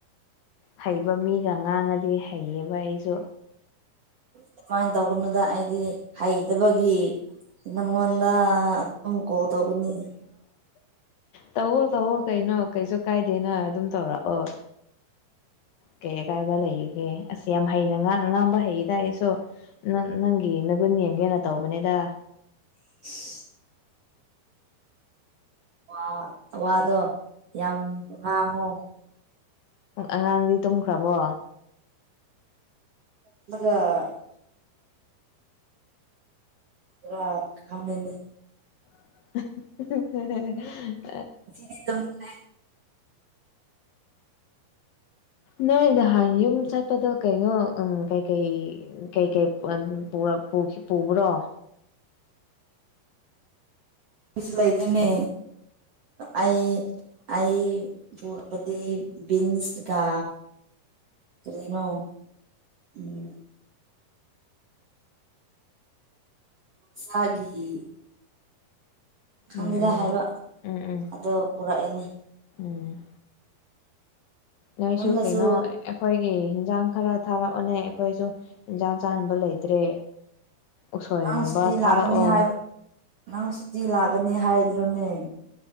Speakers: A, on the left (about 75°); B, on the right (about 65°).
A: ꯍꯩꯕ ꯃꯤꯒ ꯉꯥꯡꯉꯗꯤ ꯍꯩꯌꯦꯕ ꯑꯩꯁꯨ
B: ꯎꯝ <unintelligible> <inaudible> ꯀꯃꯥꯏꯅ ꯇꯧꯒꯅꯨꯗ ꯑꯩꯗꯤ ꯍꯩꯇꯕꯒꯤ ꯅꯪꯉꯣꯟꯗ ꯅꯪ ꯀꯣ ꯇꯧꯕꯅꯤ
A: ꯇꯧꯑꯣ ꯇꯧꯑꯣ ꯀꯩꯅꯣ ꯀꯩꯁꯨ ꯀꯥꯏꯗꯦꯅ ꯑꯗꯨꯝ ꯇꯧꯔꯛꯑꯣ ꯀꯩ ꯑꯀꯥꯏꯕ ꯂꯩꯔꯤꯒꯦ ꯑꯁ ꯌꯥꯝ ꯍꯩꯅ ꯉꯥꯡ ꯉꯥꯡꯕ ꯍꯩꯌꯦ ꯇ ꯑꯩꯁꯨ ꯅꯪ ꯅꯪꯒꯤ ꯅꯒꯨꯟ ꯌꯦꯡꯒꯦꯅ ꯇꯧꯕꯅꯦꯗ
B: <unintelligible> <inaudible> ꯋꯥ ꯋꯥꯗꯣ ꯌꯥꯝ ꯉꯥꯡꯉꯨ
A: ꯑꯉꯥꯡꯗꯤ ꯇꯨꯝꯈ꯭ꯔꯕꯣ
B: ꯒ <unintelligible> <inaudible> ꯔ ꯈꯃꯤꯅꯤ
A: <unintelligible> <inaudible>
B: ꯗꯤ ꯇ <inaudible> ꯍꯒꯦ
A: ꯅꯣꯏ ꯅꯍꯥꯟ ꯌꯨꯝ ꯆꯠꯄꯗꯣ ꯀꯩꯅꯣ ꯀꯩꯀꯩ ꯀꯩꯀꯩ <inaudible> ꯄꯨꯈꯤ ꯄꯨꯕ꯭ꯔꯣ
B: ꯀꯁꯂꯥꯏꯗꯅꯤ ꯑꯩ ꯑꯩ ꯄꯔꯛꯄꯗꯤ ꯕꯤꯟꯁꯒ ꯑꯗꯨꯅꯣ ꯎꯝ ꯐꯒꯤ ꯈꯪꯗꯦꯗ
A: ꯎꯝ ꯎꯝ
B: ꯍꯥꯏꯕ
A: ꯎꯝ ꯎꯝ ꯎꯝ
B: ꯑꯗꯣ ꯄꯨꯔꯛꯏꯅꯦ
A: ꯎꯝ ꯅꯣꯏꯁꯨ
B: ꯌꯨꯝꯗꯁꯨ
A: ꯀꯩꯅꯣ ꯑꯩꯈꯣꯏꯒꯤ ꯏꯟꯁꯥꯡ ꯈꯔ ꯊꯥꯔꯛꯑꯣꯅꯦ ꯑꯩꯈꯣꯏꯁꯨ ꯏꯟꯁꯥꯡ ꯆꯥꯍꯟꯕ ꯂꯩꯇ꯭ꯔꯦ ꯎꯁꯣꯏꯒꯨꯝꯕ
B: ꯅꯪ ꯁꯨꯇꯤ
A: ꯊꯥꯔꯛꯑꯣ
B: ꯂꯥꯛꯀꯅꯤ ꯍꯥꯏ ꯅꯪ ꯁꯨꯇꯤ ꯂꯥꯛꯀꯅꯤ ꯍꯥꯏꯗ꯭ꯔꯣꯅꯦ